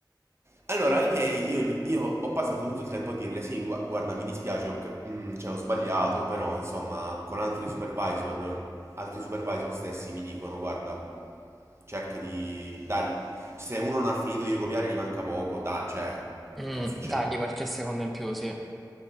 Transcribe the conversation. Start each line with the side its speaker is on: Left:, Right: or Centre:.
Right: Allora, a lei io, gli- io ho passato tutto il tempo a dirle: Sì, gua- guarda, mi dispiace, ho, c- mm, cioè, ho sbagliato, però insomma, con altri supervisor, altri supervisor stessi mi dicono: Guarda, cerca di. Dai, se uno non ha finito di copiare, gli manca poco, dai, cioè,
Centre: Mm,
Right: non succede.
Centre: dagli qualche secondo in più, sì.